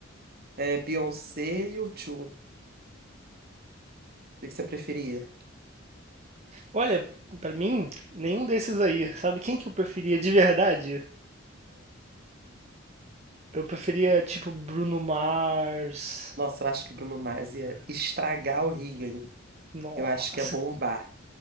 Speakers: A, on the right; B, on the right.
A: É, Beyoncé e U2. O que que você preferia?
B: Olha, pra mim, nenhum desses aí. Sabe quem que eu preferia de verdade? Eu preferia, tipo, Bruno Mars.
A: Nossa, eu acho que Bruno Mars ia estragar o Rio, hein?
B: Nossa,
A: Eu acho que é bombar.